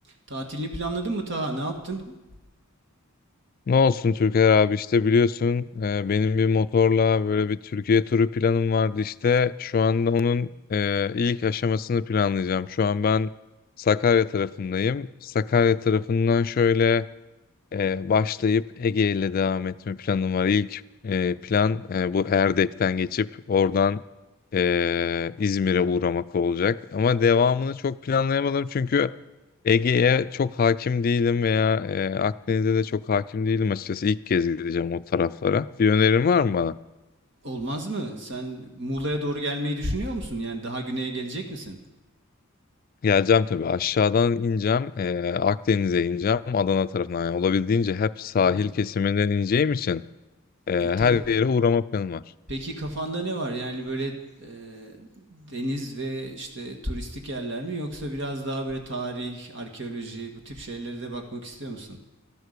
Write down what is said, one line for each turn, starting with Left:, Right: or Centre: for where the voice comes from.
Right: Tatilini planladın mı Taha? Ne yaptın?
Left: Ne olsun Türker abi işte biliyorsun e, benim bir motorla böyle bir Türkiye turu planım vardı işte. Şu anda onun e, ilk aşamasını planlayacağım. Şu an ben Sakarya tarafındayım. Sakarya tarafından şöyle e, başlayıp Ege ile devam etme planım var. İlk e, plan e, bu Erdek'ten geçip oradan e, İzmir'e uğramak olacak. Ama devamını çok planlayamadım çünkü Ege'ye çok hakim değilim veya e, Akdeniz'e de çok hakim değilim açıkçası. İlk kez gideceğim o taraflara. Bir önerin var mı bana?
Right: Olmaz mı? Sen Muğla'ya doğru gelmeyi düşünüyor musun? Yani daha güneye gelecek misin?
Left: Geleceğim tabii. Aşağıdan ineceğim. e, Akdeniz'e ineceğim. Adana tarafından. Yani olabildiğince hep sahil
Right: Ha,
Left: kesiminden ineceğim için e, her
Right: e tabii.
Left: yere uğrama planım var.
Right: Peki kafanda ne var? Yani böyle e, deniz ve işte turistik yerler mi yoksa biraz daha böyle tarih, arkeoloji bu tip şeylere de bakmak istiyor musun?